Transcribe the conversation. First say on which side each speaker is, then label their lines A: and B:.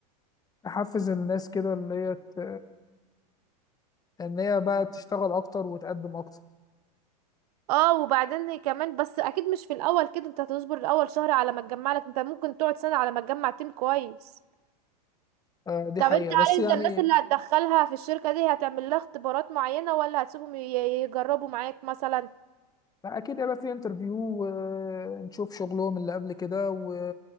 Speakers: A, on the left; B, on the right.
A: نحفز الناس كده اللي هي ت... إن هي بقى تشتغل أكتر وتقدم أكتر
B: اه وبعدين كمان بس اكيد مش في الاول كده انت هتصبر الاول شهر على ما تجمع لك انت ممكن تقعد سنة على ما تجمع تيم كويس
A: آه دي
B: طب
A: حقيقة
B: انت هل
A: بس يعني
B: انت الناس اللي هتدخلها في الشركة دي هتعمل لها اختبارات معينة ولا هتسيبهم ي- يجربوا معاك مثلا
A: أكيد هيبقى في انترفيو ونشوف شغلهم اللي قبل كده و...